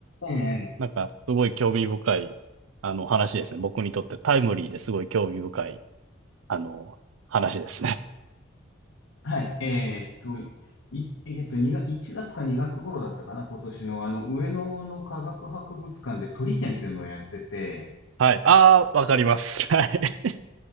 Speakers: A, on the left (about 75°); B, on the right (about 75°).
A: ええ
B: なんかすごい興味深い、あの、話ですね。僕にとってタイムリーですごい興味深い、あの、話ですね。
A: はい。えーっと、い、えーっと、2が、1月か2月頃だったかな、今年の、あの、上野の科学博物館で鳥展っていうのをやってて、
B: はい。ああ、わかります。<laughs>